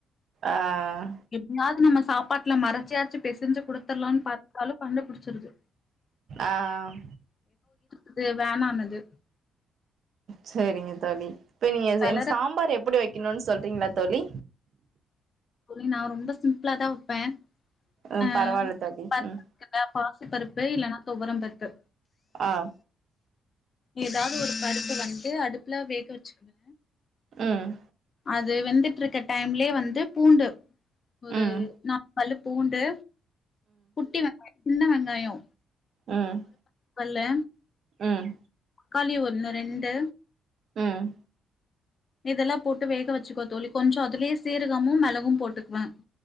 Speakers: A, on the right; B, on the left.
A: ஆஹ்
B: எப்டியாவது நம்ம சாப்பாட்ல மறச்சியாச்சு பெசஞ்ஜி குடுத்தர்லானு பாத்தாலு கண்டுபுடிச்சிருது
A: ஆஹ்
B: இது வேணானுது
A: சரிங்க தோழி இப்போ நீங்க எ
B: கலர
A: எனக்கு சாம்பார் எப்டி வைக்கணுனு சொல்றீங்களா தோழி
B: தோழி நா ரொம்ப சிம்ப்ளா தா வப்பே
A: ம்
B: ஆஹ்
A: பரவால்ல தோழி
B: பருப்பு
A: ம்
B: பாசி பருப்பு இல்லன்னா துவரம் பருப்பு
A: ஆஹ்
B: ஏதாவது ஒரு பருப்ப வந்து அடுப்புல வேக வச்சுக்குவே
A: உம்
B: அது வெந்துட்டு இருக்க டைம்லயே வந்து பூண்டு ஒரு
A: ம்
B: நா பள்ளு பூண்டு குட்டி வெங்காயோ சின்ன வெங்காயோ
A: உம்
B: பள்ளு
A: உம்
B: தக்காளி ஒன்னு ரெண்டு
A: உம்
B: இதெல்லா போட்டு வேக வச்சுக்கோ தோழி கொஞ்சோ அதுலயே சீரகமு மெளகும் போட்டுக்குவே